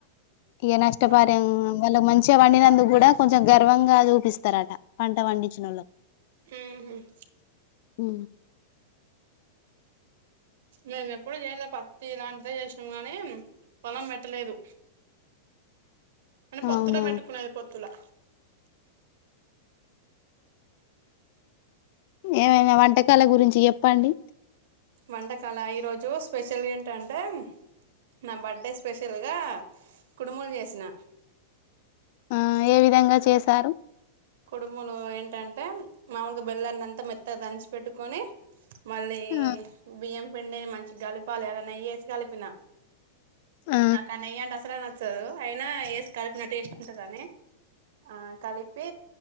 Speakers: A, on the left; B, on the right.
A: ఇక నష్టపార
B: ఆ
A: మల మంచి వచ్చే వండినందుకు కూడా కొంచెం గర్వంగా చూపిస్తారుట పంట వండించిన వాళ్ళకు
B: ఉమ్
A: ఉ
B: మేము ఎప్పుడూ చేయలే పత్తి ఇలాంటిదే చేసినాము గానీ పొలం పెట్టలేదు మంట పొతులు
A: అవునా
B: మెట్టుకునేది పొతులా
A: ఏమైనా వంటకాల గురించి చెప్పండి
B: వంటకాల ఈరోజు స్పెషల్ ఏంటంటే నా బర్త్డే స్పెషల్ గా కుడుములు చేసిన
A: ఆ ఏ విధంగా చేశారు
B: కుడుములు ఏంటంటే మాములుగా బెల్లాన్ని అంతా మెత్తగా దంచి పెట్టుకొని మళ్ళీ
A: ఆ
B: బియ్యం పిండిని మంచిగ కలపాలి అల్ల నెయ్యేసి కలిపిన
A: ఆ
B: నాకా నెయ్యంటే అసలే న చ్చదు అయినా ఏసి కలిపిన టేస్ట్ ఉంటదని ఆ కలిపి ప్పి